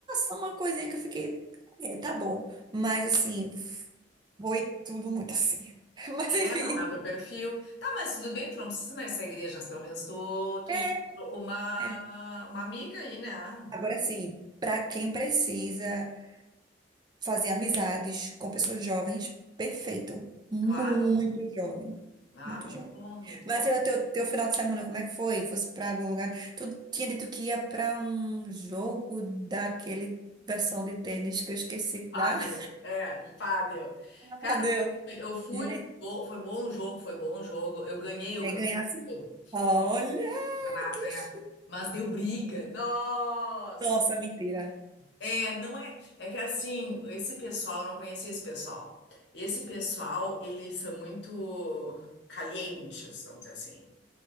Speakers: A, on the right; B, on the left.
A: uma, uma coisinha que eu fiquei, é, tá bom. Mas assim, foi tudo muito assim. <laughs> Mas
B: É,
A: enfim.
B: não é o teu perfil. Tá, mas tudo bem, tu não precisa ir nessa igreja, mas pelo menos tu, tu
A: É,
B: encontrou uma,
A: é.
B: uma amiga aí, né? Ah,
A: Agora sim, para quem precisa. fazer amizades com pessoas jovens, perfeito. Muito
B: Claro.
A: jovem.
B: Ah,
A: Muito
B: muito
A: jovem.
B: bom, muito
A: Mas
B: bom.
A: e o teu, teu final de semana, como é que foi? Fosse pra algum lugar? Tu tinha dito que ia pra um jogo daquele versão de tênis que eu esqueci
B: Pádel,
A: já. <laughs>
B: é, de pádel. Cara,
A: Ah, deu.
B: eu fui,
A: E aí,
B: foi bom, foi bom o jogo, foi bom o jogo. Eu ganhei
A: e
B: o
A: aí
B: campeonato.
A: ganhasse? Olha,
B: Renato,
A: que
B: é.
A: chique.
B: Mas deu briga. Nossa!
A: Nossa, mentira.
B: É, não é. É que assim, esse pessoal, eu não conhecia esse pessoal. Esse pessoal, eles são muito calientes, vamos dizer assim.